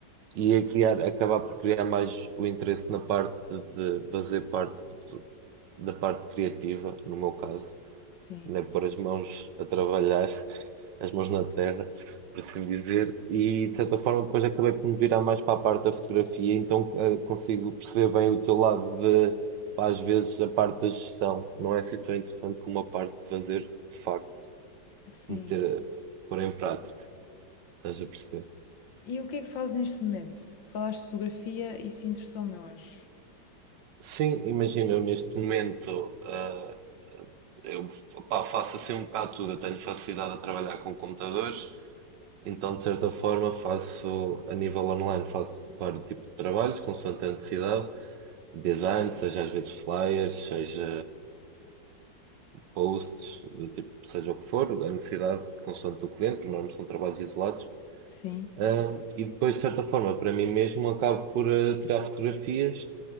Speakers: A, on the right; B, on the left.
A: e a criar, acabar por criar mais o interesse na parte de fazer parte da parte criativa, no meu caso
B: Sim,
A: né, pôr as mãos a trabalhar, <laughs> as mãos na terra, por assim dizer, e de certa forma depois acabei por me virar mais para a parte da fotografia, então eh, consigo perceber bem o teu lado de, pá, às vezes, a parte da gestão. Não é assim tão interessante como a parte de fazer, de facto,
B: sim.
A: meter, eh, pôr em prática, estás a perceber?
B: E o que é que fazes neste momento? Falaste de fotografia, isso interessou-me, eu acho.
A: Sim, imagina, eu neste momento, ah, eu pá, faço assim um bocado tudo. Eu tenho facilidade a trabalhar com computadores, Então, de certa forma, faço a nível online, faço vários tipos de trabalhos, consoante a necessidade, design, seja às vezes flyers, seja posts, do tipo, seja o que for, a necessidade consoante do cliente, porque normalmente são trabalhos isolados.
B: Sim,
A: Ahm, e depois, de certa forma, para mim mesmo, acabo por eh, tirar fotografias